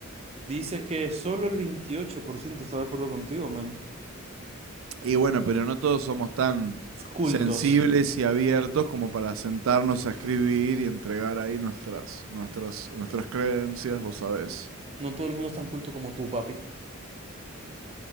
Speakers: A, on the right; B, on the right.
A: Dice que solo el 28% está de acuerdo contigo, man.
B: Y bueno, pero no todos somos tan
A: Cultos.
B: sensibles y abiertos como para sentarnos a escribir y entregar ahí nuestras, nuestras, nuestras creencias, vos sabés.
A: No todo el mundo es tan culto como tú, papi.